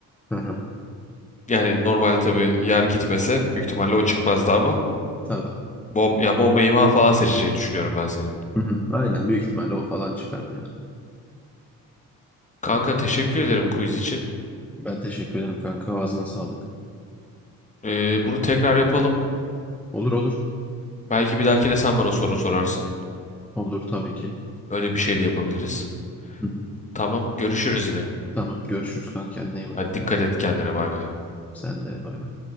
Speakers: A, in the centre; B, on the left (about 20°).
A: Hı hı.
B: Yani normalde tabii yer gitmese büyük ihtimalle o çıkmazdı ama
A: Tabii.
B: bom ya bomba imha falan seçeceğini düşünüyorum ben senin.
A: Hı hı, Aynen büyük ihtimalle o falan çıkardı yani.
B: Kanka teşekkür ederim quiz için.
A: Ben teşekkür ederim kanka. Ağzına sağlık.
B: Ee, bunu tekrar yapalım.
A: Olur olur.
B: Belki bir dahakine sen bana soru sorarsın.
A: Olur tabii ki.
B: Öyle bir şey de yapabiliriz.
A: Hı hı.
B: Tamam, görüşürüz yine.
A: Tamam görüşürüz kanka kendine iyi bak.
B: Hadi dikkat et kendine, bay bay.
A: Sen de bay bay.